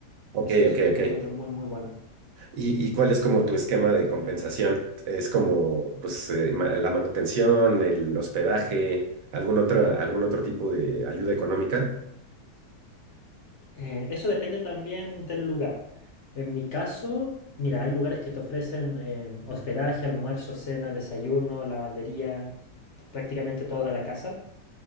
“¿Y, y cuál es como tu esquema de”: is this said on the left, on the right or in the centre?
Right